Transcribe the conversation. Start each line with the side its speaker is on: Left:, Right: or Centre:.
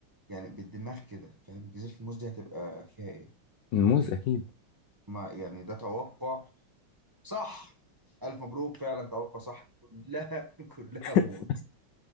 Right: يعني بالدماغ كده فاهم جزيره الموز دي هتبقى فيها ايه
Left: الموز اكيد
Right: ما يعني ده توقع صح الف مبروك فعلا توقع صح كلها <laughs> كلها
Left: <laughs>
Right: موز